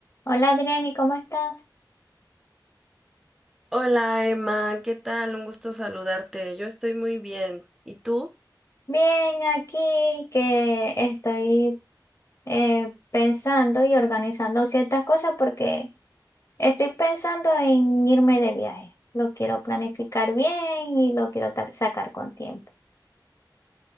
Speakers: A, on the left; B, in the centre.
A: Hola Adriani, ¿cómo estás?
B: Hola Emma, ¿qué tal? Un gusto saludarte. Yo estoy muy bien. ¿Y tú?
A: Bien, aquí que estoy eh, pensando y organizando ciertas cosas porque estoy pensando en irme de viaje. Lo quiero planificar bien y lo quiero ta- sacar con tiempo.